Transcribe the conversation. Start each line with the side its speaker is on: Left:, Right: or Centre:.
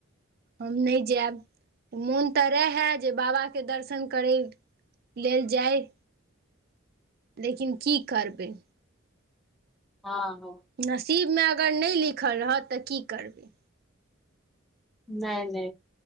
Right: हम नै जैब मोन तऽ रहै जे बाबाके दर्शन करै। लेल जाइ। लेकिन की करबै।
Centre: हां हँ।
Right: नसीबमे अगर नै लिखल रहत त की करबै।
Centre: नै नै